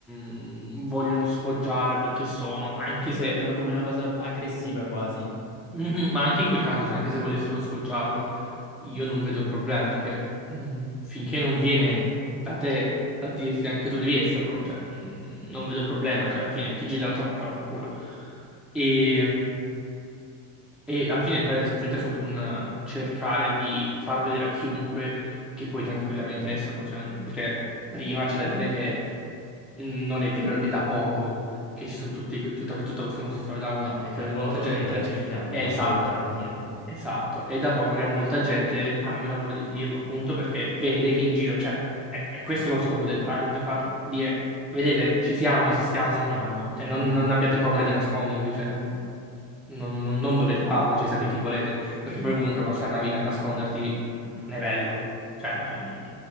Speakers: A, in the centre; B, on the left.
A: um, vogliono sfoggiare quel che sono, anche
B: Sì,
A: se,
B: la vedono come una cosa aggressiva quasi.
A: Mhm, ma anche in quel caso, cioè anche se volessero sfoggiarlo, io non vedo il problema, perché mm, finché non viene da te a dirti anche tu devi esserlo, cioè mm, non vedo il problema, cioè alla fine ti giri dall'altra parte, vaffanculo. E, e alla fine il Pride è semplicemente stato un eh, cercare di far vedere a chiunque che puoi tranquillamente esserlo, cioè non- perché prima c'è da dire che non è vero che è da poco che ci sono tutti, tutta, tutto questo omosessualità, come
B: No, è
A: crede
B: da poco
A: molta gente,
B: che la gente ha meno
A: è esatto.
B: paura a dirlo.
A: Esatto, è da poco che molta gente ha meno paura di dirlo, appunto perché vede che in giro c'è. È, è questo lo scopo del Pride, far dire, vedete, ci siamo, esistiamo,
B: Esistiamo.
A: cioè non,
B: Mhm.
A: non abbiate paura di nascondervi, cioè, non, non- non dovete farlo, cioè siete chi volete, perché poi comunque passare una vita a nasconderti non è bello. Cioè, mm,